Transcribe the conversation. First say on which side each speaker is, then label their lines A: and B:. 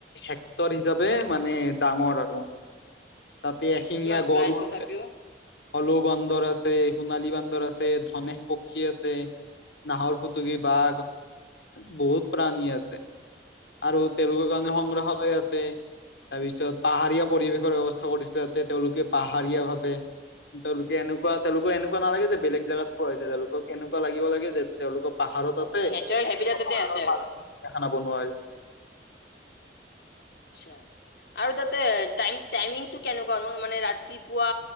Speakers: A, on the left (about 75°); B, on the left (about 60°).
A: হেক্টৰ হিচাপে মানে ডাঙৰ আৰু।
B: <unintelligible>
A: তাতে এশিঙীয়া
B: কিমান
A: গঁড়ৰো
B: প্ৰায় তথাপিও
A: আছে। হলৌ বান্দৰ আছে, সোণালী বান্দৰ আছে, ধনেশ পক্ষী আছে। নাহৰ ফুটুকী বাঘ। বহুত প্ৰাণী আছে আৰু তেওঁলোকৰ
B: আচ্ছা
A: কাৰণে সংগ্ৰহালয় আছে। তাৰপিছত পাহাৰীয়া পৰিৱেশৰ ব্যৱস্থা কৰিছে, যাতে তেওঁলোকে পাহাৰীয়া ভাৱে তেওঁলোকে এনেকুৱা তেওঁলোকৰ এনেকুৱা এনেকুৱা নালাগে যে বেলেগ জেগাত থোৱা হৈছে তেওঁলোকক এনেকুৱা লাগিব লাগে যে তেওঁলোকৰ পাহাৰত আছে।
B: নেচাৰেল হেবিটততে
A: পাহাৰৰ
B: আছে আৰু
A: মাজতে চিৰিয়াখানা বনোৱা হৈছে।
B: চোৱা আৰু তাতেই টাইম টাইমিংটো কেনেকুৱা নো মানে ৰাতিপুৱা